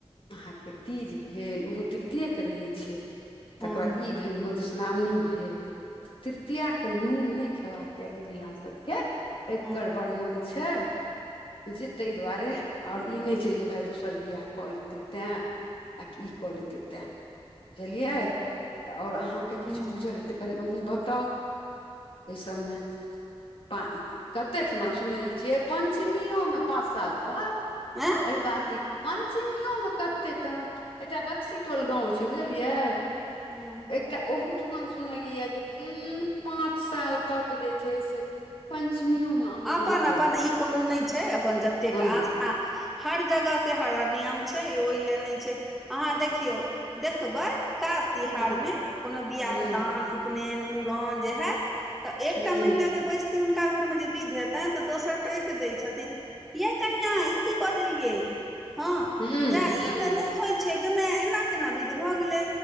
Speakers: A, on the left; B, in the centre.
A: अहां के तीज भेल, ओहो तृतीये के रहै छै। तकर
B: हँ
A: बा ई भेल, मधुश्रावणी भेल, तृतीया क नून नै खेबाक चाही महिला सबके। एकर
B: हँ हँ हँ हँ हँ
A: वर्णन छै, जे तै दुआरे ह और ई नहि छै जे भाय दोसर बियाह कऽ लेतै तेंए। आ की कऽ लेतै तें बुझलियै त और अहाँ के किछ
B: हँ
A: बुझल अइ तऽ कनि अहूँ बताउ, एहि सबमे। पा, कते ठुमा सुनै छियै, पंचमीयो मे पाँच साल तक
B: हँ
A: अहिबाती पंचमियो मे कतेक तऽ एकटा बक्सीटोल गाँव छै, बुझलियै।
B: हूँ,।
A: एकटा ओहूठुमा सुनलियै जे उं पाँच साल तक जे छै से पंचमियो मे अनोना
B: अपन
A: करै
B: अपन
A: छै।
B: ई कोनो नै छै अपन जतेक
A: हँ
B: आस था हर जगह के हर- हर नियम छै, ओहि ले नै छै, अहाँ देखियौ देखबै काज तिहारमे
A: हूँ
B: कोनो बियाह
A: हूँ
B: दान, उपनयन, मूड़न जे हेएत तऽ एकटा
A: हूँ
B: महिला जे बैसती हुनका घरमे जे विध हेतनि तऽ दोसर टोइक दै छथिन यइ कनियां ई की कऽ देलियै। हँ,
A: हूँ
B: जा
A: हूँ
B: इ तऽ नै होइ छै गै मेए एना केना विध भऽ गेलै।